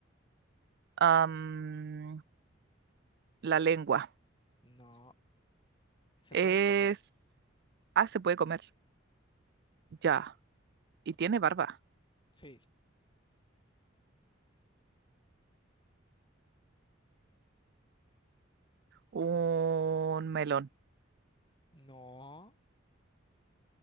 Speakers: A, on the right; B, on the left.
A: Am, la lengua.
B: no. Se
A: Es...
B: puede comer.
A: Ah, se puede comer. Ya. Y tiene barba.
B: Sí,
A: Un melón.
B: no.